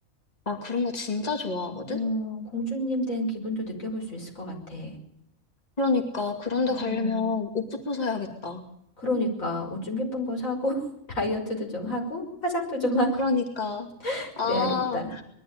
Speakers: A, on the left (about 30°); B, on the left (about 85°).
A: 나 그런 거 진짜 좋아하거든?
B: 어, 공주님 된 기분도 느껴볼 수 있을 것 같아.
A: 그러니까 그런
B: 어,
A: 데 가려면 옷부터 사야겠다.
B: 그러니까 옷 좀 예쁜 거 사고 <laughs> 다이어트도 좀 하고 화장도 좀 하고
A: 그러니까
B: <laughs>
A: 아
B: 그래야겠다.